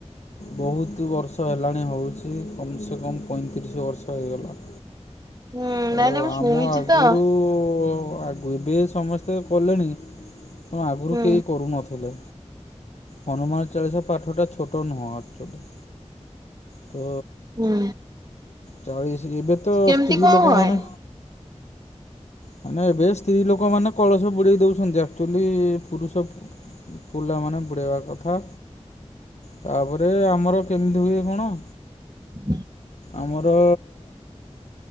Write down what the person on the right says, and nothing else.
ହୁଁ
ନାଇଁ ନାଇଁ ମୁଁ
ଶୁଣିଛି
ତ।
ହୁଁ
ହୁଁ
କେମିତି
କଣ
ହୁଏ?
ହୁ।